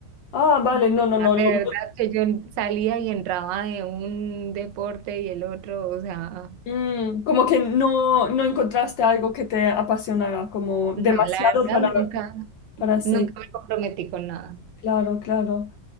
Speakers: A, on the left; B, on the right.
A: Ah, vale, no, no,
B: Ah,
A: no.
B: De
A: lo
B: verdad
A: mío-
B: que yo salía y entraba de un deporte y el otro, o sea,
A: Mm, como que no, no encontraste algo que te apasionara, como demasiado
B: no, la verdad
A: para,
B: nunca.
A: para seguir.
B: Nunca me comprometí con nada.
A: Claro, claro.